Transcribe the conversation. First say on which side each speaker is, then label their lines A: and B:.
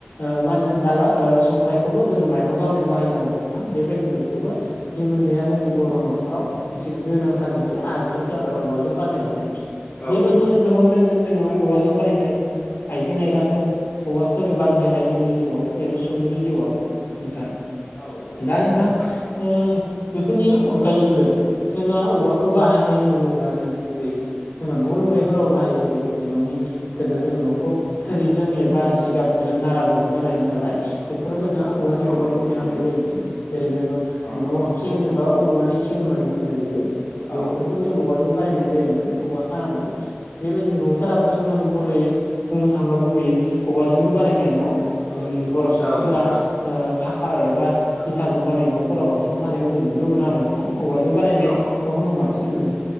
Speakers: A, on the left; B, on the left.
A: ओ मा होनो दाला ओ संग्रायखौबो जोङो माइरं जावनायाव बाहायना नोंथां बेबायदिनो बेखौबो बे मोननैया जोंनि बर' न'खराव मोनसे गोनांथार मोनसे बे आगजुफोरा औवाजों बानाय जानाय बेबायदिनो
B: नोंथां
A: गोबां दोङो जोंनाव औवाजों बानायनाय आइ आइजें आइलाफोर। औवाफोर बानजायनाय जोंनि जिउआव एबा सुबुंनि जिउआव नोंथां। औ दा नोंथां ओ बेफोरनि अनगायैबो जोंहा औवा बाहायनाय होनना बुङोब्ला जोङो गुबैयै जोङो न' लुनायफोराव बाहायो जेरै जोङो न'नि गोदो जोङो न'खौ थोरिजों एबा जिगाबजों नाराजोंसो बानायोमोन नालाय बेफोराव जोङो औवानि
B: औ
A: गोबां
B: नंगौ नोंथां
A: गोनांथि
B: नंगौ
A: जायोमोन, जेरै जोङो
B: औ
A: न'
B: औ
A: खेङोबा औवानि खें होननानै बुंनाय जायो बेफोरखौबो
B: औ
A: जों औवाजों बानायनाय जायोमोन औवा खानानै। बेबायदि न'फोराबोथ' जोंना बर'यै बुंनो थाङोबा गुबैयै अबाजोंनो बानायनाय न'। जों बर' सुबुंफोरा
B: औ नंगौ नोंथां
A: ओ फाखा एबा इथाजों बानायनाय न'फोराव बांसिन थानायखौ जों नुनो मोनो आरो थां औवाजों बानायनाय
B: औ
A: नफोरखौ बांसिन नुनो मोनो,